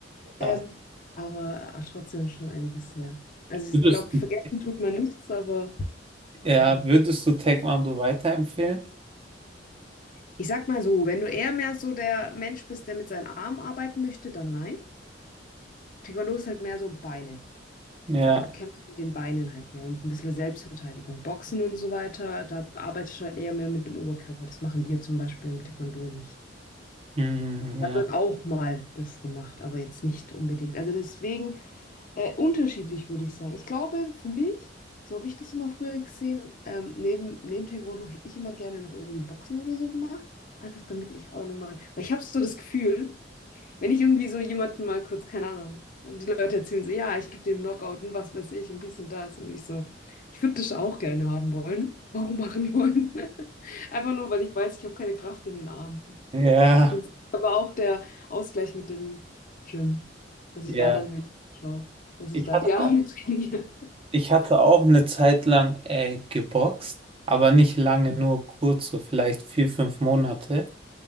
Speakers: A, on the right (about 30°); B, on the left (about 50°).
A: Da-
B: ähm, aber auch trotzdem schon einiges her. Also
A: Würdest
B: ich glaube, vergessen
A: du,
B: tut man nichts, aber
A: ja,
B: hm.
A: würdest du Taekwondo weiterempfehlen?
B: Ich sag mal so, wenn du eher mehr so der Mensch bist, der mit seinen Armen arbeiten möchte, dann nein. Taekwondo ist halt mehr so Beine.
A: Ja,
B: Du, gut, du kämpfst mit den Beinen halt mehr und ein bisschen Selbstverteidigung. Boxen und so weiter, da arbeitest du halt eher mehr mit dem Oberkörper. Das machen wir zum Beispiel im Taekwondo nicht.
A: mm,
B: Da
A: ja,
B: wird auch mal das gemacht, aber jetzt nicht unbedingt. Also deswegen äh, unterschiedlich würde ich sagen. Ich glaube, für mich, so habe ich das immer früher gesehen, ähm, neben, neben Taekwondo hätte ich immer gerne noch irgendwie Boxen oder so gemacht. Einfach damit ich auch nochmal, weil ich habe so das Gefühl, wenn ich irgendwie so jemanden mal kurz, keine Ahnung, und die Leute erzählen so, ja, ich gebe dem Knockout und was weiß ich und dies und das. Und ich so, ich würde das auch gerne haben wollen. <laughs> Auch machen wollen. <laughs> Einfach nur, weil ich weiß, ich habe keine Kraft in den Armen.
A: ja,
B: Und das ist aber auch der Ausgleich mit dem Gym, dass ich
A: ja.
B: da dann wenigstens schaue, dass
A: Ich
B: ich da
A: hatte,
B: die Arme <laughs> trainiere.
A: ich hatte auch eine Zeit lang äh, geboxt, aber nicht lange, nur kurz, so vielleicht vier, fünf Monate.